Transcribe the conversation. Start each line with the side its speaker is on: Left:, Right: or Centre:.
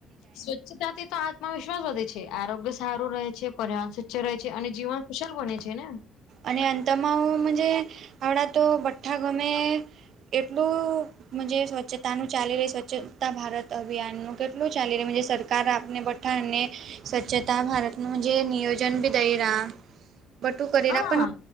Left: <inaudible> તાથી તો આત્મવિશ્વાસ વધે છે, આરોગ્ય સારું રહે છે, પર્યાવરણ સ્વચ્છ રહે છે, અને જીવન કુશલ બને છે, ને?
Right: અને અંતમાં મજે આડા તો ભઠ્ઠા ગમે એટલું સ્વચ્છતાનું ચાલી રહી સ્વચ્છતા ભારત અભિયાનનું કે કેટલું ચાલી રહયું સરકાર આપને બધાને સ્વચ્છતા ભારતનું જે નિયોજન બી દઈરા બટું કરીરા
Left: હઅ,